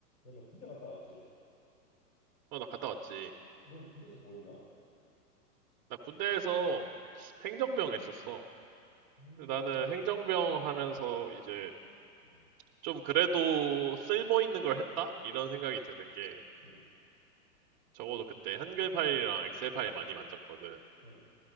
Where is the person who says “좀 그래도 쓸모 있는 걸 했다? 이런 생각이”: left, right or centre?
Right